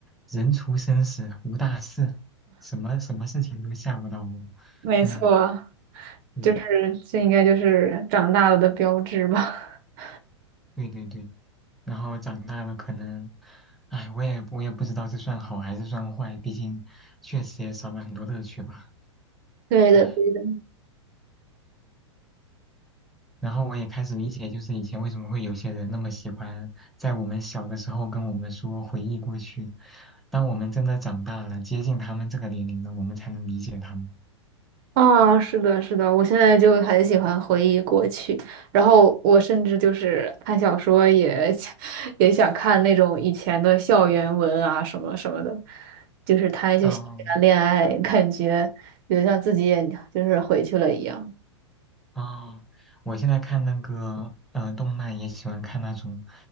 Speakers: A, in the centre; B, on the right.
A: 人除生死无大事，什么什么事情都吓不到我。
B: 没错，
A: 嗯，
B: 就是这应该就是长大了的标志吧。
A: 对
B: <laughs>
A: 对对对。然后长大了可能，哎，我也我也不知道这算好还是算坏，毕竟确实也少了很多乐趣吧。
B: 对的，
A: 唉。
B: 对的。
A: 然后我也开始理解，就是以前为什么会有些人那么喜欢在我们小的时候跟我们说回忆过去，当我们真的长大了，接近他们这个年龄了，我们才能理解他们。
B: 啊，是的，是的，我现在就很喜欢回忆过去，然后我甚至就是看小说也 <laughs> 也想看那种以前的校园文啊，什么什么的，就是谈一些校园恋爱，
A: 嗯、
B: 感觉有像自己也就是回去了一样。
A: 啊，我现在看那个呃动漫，也喜欢看那种